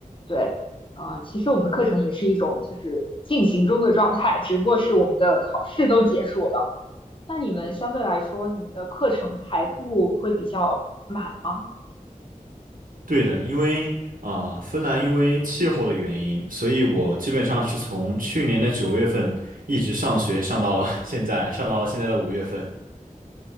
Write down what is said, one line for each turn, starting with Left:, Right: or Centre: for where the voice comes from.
Left: 对，呃，其实我们的课程也是一种就是进行中的状态，只不过是我们的考试都结束了。那你们相对来说，你们的课程排布会比较满吗？
Right: 对的，因为啊、呃芬兰因为气候的原因，所以我基本上是从去年的九月份一直上学上到了现在，上到了现在的五月份。